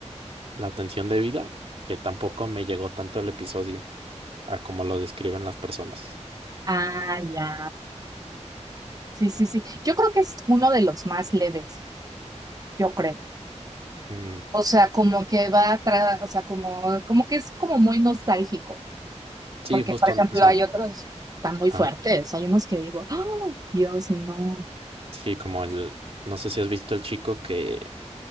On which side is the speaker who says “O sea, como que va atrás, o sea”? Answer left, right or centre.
Right